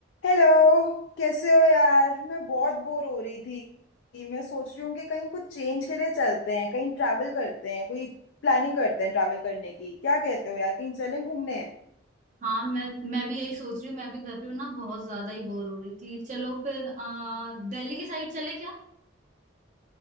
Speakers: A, on the left; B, on the right.
A: Hello कैसे हो यार मैं बहुत बोर हो रही थी मैं सोच रही हूँ कि कहीं कुछ चेंज के लिए चलते हैं कहीं ट्रैवल करते हैं कोई प्लानिंग करते हैं ट्रैवल करने की क्या कहते हो यार कहीं चलें घूमने
B: हाँ मैं मैं भी यही सोच रही हूँ मैं भी घर पे ना बहुत ज्यादा ही बोर हो रही थी चलो फिर आ, दिल्ली की साइड चले क्या